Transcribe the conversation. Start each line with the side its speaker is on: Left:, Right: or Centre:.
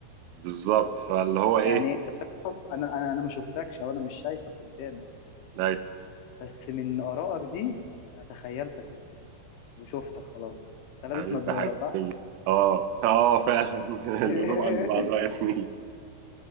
Right: بالظبط فاللي هو ايه
Left: يعني انت تعرف انا انا انا ما شفتكش او انا مش شايفك قدامي
Right: ناي
Left: بس من آرائك دي أنا تخيلتك قدامي وشفتك خلاص أنت لابس
Right: حبيبي
Left: نضارة
Right: يا حاج
Left: صح؟
Right: اه اه فعلا <laughs>
Left: <laughs>
Right: القلوب عند بعضها يا زميلي